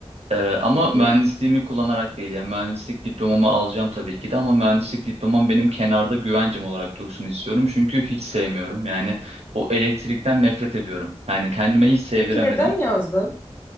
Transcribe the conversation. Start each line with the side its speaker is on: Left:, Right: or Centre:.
Right: Ee, ama
Left: Hı hı.
Right: mühendisliğimi kullanarak değil yani mühendislik diplomamı alacağım tabii ki de ama mühendislik diplomam benim kenarda güvencem olarak dursun istiyorum. Çünkü hiç sevmiyorum yani o elektrikten nefret ediyorum. Yani kendime hiç sevdiremedim.
Left: Peki neden yazdın?